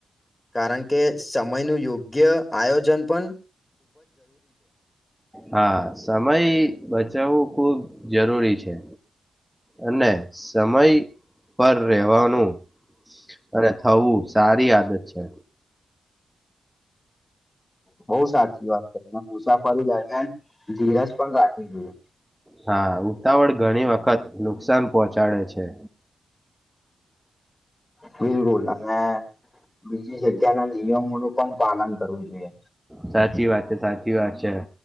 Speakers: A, on the left (about 20°); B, in the centre.
A: કારણ કે સમયનું યોગ્ય આયોજન પન
B: હા સમય બચાવવું ખૂબ જરૂરી છે, અને સમય પર રહેવાનું, અને થવું સારી આદત છે.
A: બો સાચી વાત કરી ને મુસાફરી દરમિયાન, ધીરજ પણ રાખી જોઈએ.
B: હા ઉતાવળ ઘણી વખત નુકસાન પહોંચાડે છે.
A: બિલ બુલ અને બીજી જગ્યા ના નિયમોનું પન પાલન કરવું જોઈએ.
B: સાચી વાત છે સાચી વાત છે.